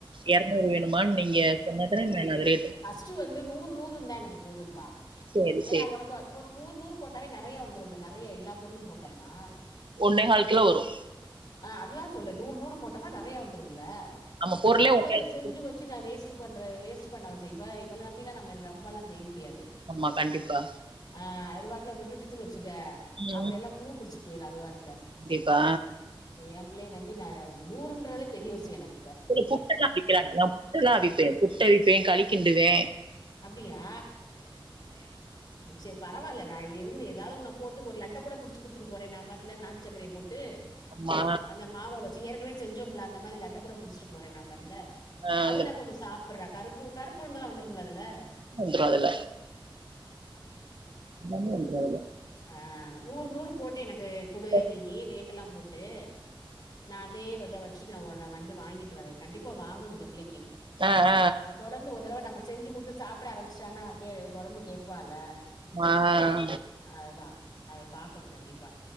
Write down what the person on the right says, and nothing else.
எறா நூறு வேணுமான்னு நீங்க சொன்னதான நா அது ரெட்டு
சேரி
சேரி
ஒன்னே கால் கிலோ வரும்
நம்ம பொருளே
ஒன்னே கால்
கிலோ.
ஆமா கண்டிப்பா
ம்
கண்டிப்பா
இங்க புட்டெல்லா அவிக்கிறாங்கலா புட்டெல்லா அவிப்பே புட்டவிப்பே களி கிண்டுவே
ஆமா
ஆ
அந்த
வந்துரு அதுல எல்லாமே வந்துரு அதுல
அதுல
ஆ ஆ
அ